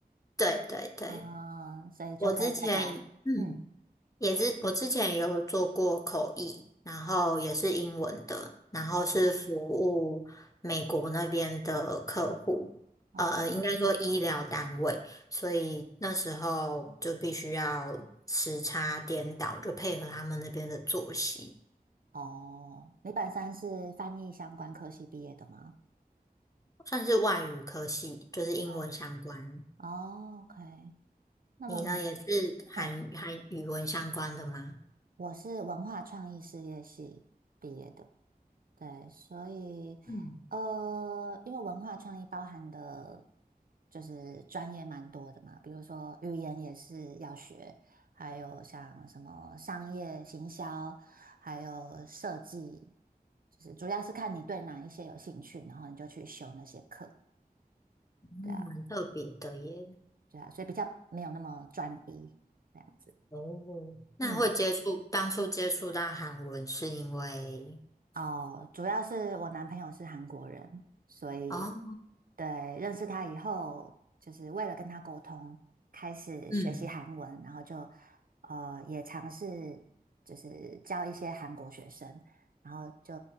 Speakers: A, on the left (about 20°); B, on the right (about 65°).
A: 对对对，
B: 嗯，所以就可以大家，
A: 我之前嗯
B: 嗯，
A: 也是，我之前有做过口译，然后也是英文的，然后是服务美国那边的客户，
B: 哦，哦
A: 呃，应该说医疗单位，所以那时候就必须要时差颠倒，就配合他们那边的作息。
B: 哦，你本身是翻译相关科系毕业的吗？
A: 算是外语科系，就是英文相关。
B: 嗯，哦，OK，那么你，
A: 你呢，也是韩韩语文相关的吗？
B: 嗯，我是文化创意事业系毕业的。对，所以
A: 嗯，
B: 呃，因为文化创意包含的，就是专业蛮多的嘛，比如说语言也是要学，还有像什么商业行销，还有设计，就是主要是看你对哪一些有兴趣，然后你就去修那些课，
A: 嗯，
B: 对啊，
A: 蛮特别的耶。
B: 嗯，对啊，所以比较没有那么专一这样子，
A: 哦，那会接触，
B: 嗯。
A: 当初接触到韩文是因为，
B: 哦，主要是我男朋友是韩国人，所以
A: 哦，
B: 对，认识他以后，就是为了跟他沟通，开始学习韩文，
A: 嗯
B: 然后就呃也尝试就是教一些韩国学生，然后就